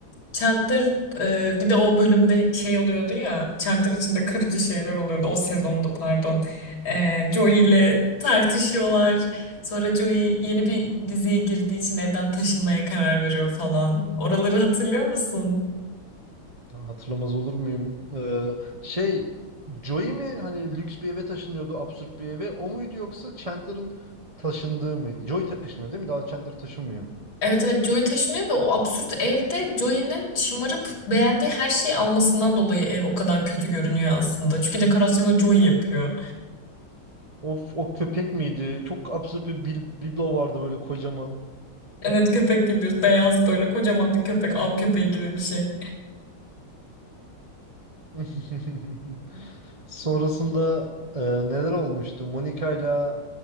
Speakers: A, on the left; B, on the right.
A: Chandler e, bir de o bölümde şey oluyordu ya. Chandler içinde kırıcı şeyler oluyordu o sezonda pardon. E, Joey ile tartışıyorlar. Sonra Joey yeni bir diziye girdiği için evden taşınmaya karar veriyor falan. Oraları hatırlıyor musun?
B: Ya Hatırlamaz olur muyum? Ee, şey Joey mi hani lüks bir eve taşınıyordu, absürt bir eve. O muydu yoksa Chandler'ın taşındığı mıydı? Joey taşınıyor değil mi? Daha Chandler taşınmıyor.
A: Evet evet Joey taşınıyor ve o absürt evde Joey'nin şımarıp beğendiği her şeyi almasından dolayı ev o kadar kötü görünüyor aslında. Çünkü dekorasyonu Joey yapıyor.
B: Of o köpek miydi? Çok absürt bir bil biblo vardı böyle kocaman.
A: Evet köpek bilmiyoruz. Beyaz böyle kocaman bir köpek. Av köpeği gibi bir şey.
B: <laughs> Sonrasında e, neler olmuştu? Monica ile